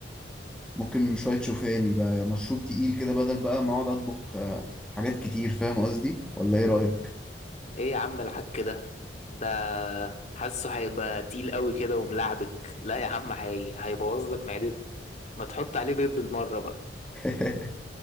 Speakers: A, in the centre; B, on the left.
A: ممكن شوية شوفان يبقى مشروب تقيل كده بدل بقى ما اقعد اطبخ آه، حاجات كتير فاهم قصدي ولا ايه رأيك
B: ايه يا عم العك ده ده حاسه هيبقى تقيل قوي كده وملعبك لا يا عم هي... هيبوظ لك معدتك ما تحط عليه بيض بالمرة بقى
A: <laughs>